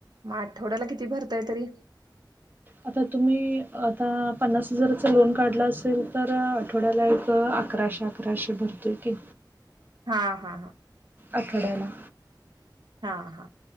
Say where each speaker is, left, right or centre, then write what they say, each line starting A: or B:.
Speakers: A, on the right (about 60°); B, on the right (about 25°).
A: आठवड्याला किती भरताय तरी
B: आता तुम्ही आता पन्नास हजारचा लोन काढला असेल तर ठोड्याला एक अकराशे, अकराशे भरते की
A: हा, हा
B: आठड्याला
A: हा, हा